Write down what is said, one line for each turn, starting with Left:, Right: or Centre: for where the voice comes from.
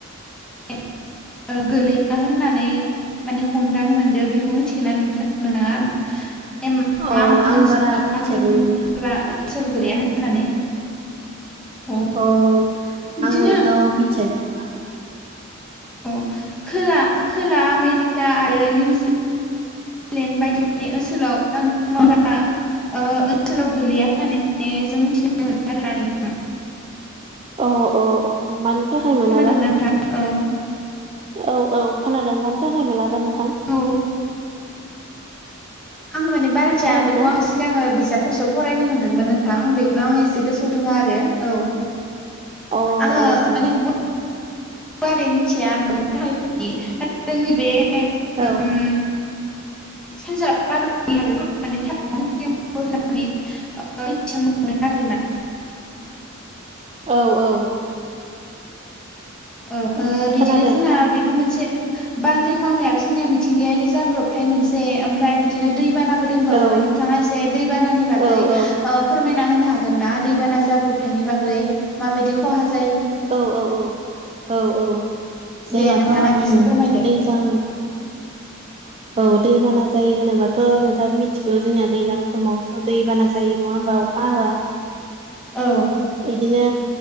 Centre: <unintelligible> होननानै माने हमदां मोनदो बेखौ मिथिगो ना नोंथां नोंथांङा? एम
Right: अ
Centre: मा मा
Right: आं
Centre: ओनसोलाव
Right: बारा मिथिया
Centre: बांग्रिंफोरा
Right: दे नोंथां
Centre: ओनसोल गोलैया होननानै अ
Right: औ
Centre: बिदिनो
Right: आं इखौ मिथियानो नोंथां।
Centre: अ' खोला खोला आमेरिका आरो निउजिलेण्ड इंलेण्ड बायदि माने ओसोलाव बांग्रिं मावग्रा ओ ओनसोलाव गोलैया होननानै जों मिथिनो मोनो आरोना नोंथां।
Right: अ अ अ मानि थाखाय मोनाबा
Centre: खोनादोंना नोंथां औ
Right: औ औ खोनादों मानि थाखाय मोनाबा नोंथां।
Centre: औ आं माने बारा मिथिया
Right: खोनादोंना
Centre: बेखौ आं सिगांङो बिजाबफोरसो फरायनो मोन्दोंमोन नों नोंथां बेगनां एसे गोसोआव दंङो आरो औ
Right: अ
Centre: आंङो
Right: अ अ
Centre: माने गुवारै मिथिया माने थाखाय बिदि जोंनि बे उम
Right: औ
Centre: सानजा भारतनि हादोरफोराव माने था बुंथियो बो होननानै ओ मिथि मोनो आरोना।
Right: औ औ
Centre: औ ओ बिदिनो
Right: खोनादों
Centre: जोंना बेबो मोनसे। बांग्रिं मावनायाबो जोंनिया मिथिंगायारि जाब्रबथाय मोनसे ओमफ्राय बिदिनो दै बानाबो दंबावो
Right: औ
Centre: नोंथांङा एसे दै बानानि बागै
Right: औ
Centre: ओ फोरमायना
Right: औ
Centre: फोरमायना होनो हागोनना? दै बाना जाब्रबथायनि बागै माबायदि खहा जा
Right: औ औ औ औ औ जोंनाथ'
Centre: दे नोंथाङा
Right: उम
Centre: एसे फोरमायदो
Right: दैज्लां औ दैबाना जायो होनोबाथ' नोंथांङाबो मिथिगौ जोंनिया दैज्लां समावथ' दैबाना जायो नंङा नंङा होमबा अखा हाबा
Centre: औ
Right: इदिनो